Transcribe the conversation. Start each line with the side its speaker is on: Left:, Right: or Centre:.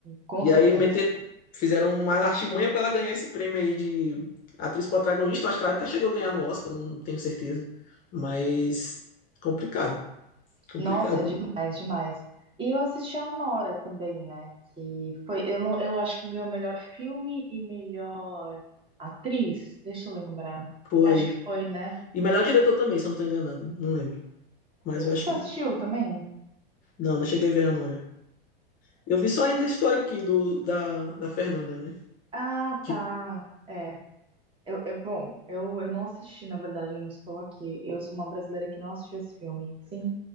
Right: Com
Left: E
Right: certeza.
Left: aí meter, fizeram uma artimanha para ela ganhar esse prêmio aí de atriz protagonista. Eu acho que ela até chegou a ganhar no Oscar, não tenho certeza. Mas complicado, complicado.
Right: Nossa, é demais, demais. E eu assisti a Nora também, né? Que foi, eu, não- eu acho que ganhou melhor filme e melhor atriz. Deixa eu lembrar.
Left: Foi.
Right: Acho que foi, né?
Left: E melhor diretor também, se eu não tô enganado. Não lembro. Mas eu acho
Right: Você
Left: que.
Right: assistiu também?
Left: Não, não cheguei a ver a Nora. Eu vi só ainda estou aqui do, da, da Fernanda, né?
Right: Ah,
Left: Que
Right: tá. É. Eu, eu- bom, eu, eu não assisti, na verdade, ainda estou aqui. Eu sou uma brasileira que não assistiu esse filme. Sim,